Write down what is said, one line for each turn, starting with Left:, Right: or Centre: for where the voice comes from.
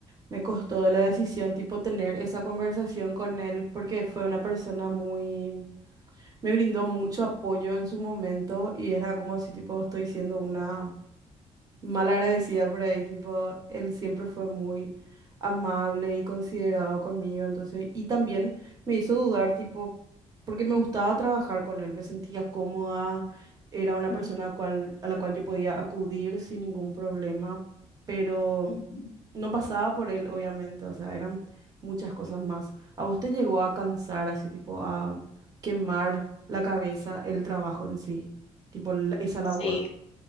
Right: me costó de la decisión, tipo tener esa conversación con él, porque fue una persona muy me brindó mucho apoyo en su momento y era como si tipo estoy siendo una mal agradecida por ahí, tipo, él siempre fue muy amable y considerado conmigo, entonces, y también me hizo dudar, tipo, porque me gustaba trabajar con él, me sentía cómoda, era una
Left: Mm,
Right: persona a, cual, a la cual yo podía acudir sin ningún problema, pero
Left: ujú.
Right: no pasaba por él, obviamente, o sea, eran muchas cosas más. ¿A vos te llegó a cansar, así, tipo, a quemar la cabeza, el trabajo en sí, tipo, la- esa labor?
Left: Sí,